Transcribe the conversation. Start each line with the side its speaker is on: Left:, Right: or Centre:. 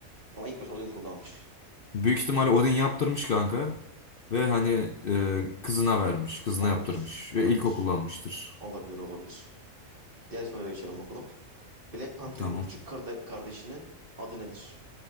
Right: Ama ilk başta Odin kullanmış.
Left: Büyük ihtimal Odin yaptırmış kanka. Ve hani e, kızına vermiş. Kızına
Right: Olabilir.
Left: yaptırmış.
Right: Olabilir.
Left: Ve ilk kullanmıştır.
Right: Olabilir olabilir. Diğer soruya geçelim bakalım. Black Panther'in
Left: Tamam.
Right: küçük karda- kardeşinin adı nedir?